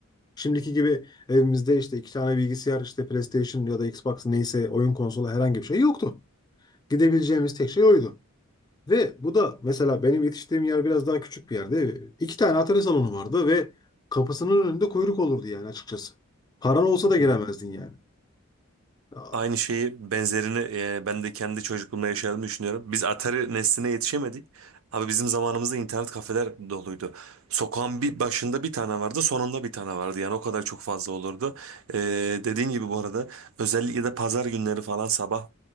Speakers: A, on the left; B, on the right.
A: Şimdiki gibi evimizde işte iki tane bilgisayar, işte PlayStation ya da Xbox neyse oyun konsolu herhangi bir şey yoktu. Gidebileceğimiz tek şey oydu. Ve bu da mesela benim yetiştiğim yer biraz daha küçük bir yerde. İki tane atari salonu vardı ve kapısının önünde kuyruk olurdu yani açıkçası. Paran olsa da
B: Hı.
A: giremezdin yani. Aa,
B: Aynı şeyi benzerini e, ben de kendi çocukluğumda yaşadığımı düşünüyorum. Biz Atari nesline yetişemedik. Abi bizim zamanımızda internet kafeler doluydu. Sokağın bir başında bir tane vardı, sonunda bir tane vardı. Yani o kadar çok fazla olurdu. E, dediğin gibi bu arada özellikle de pazar günleri falan sabah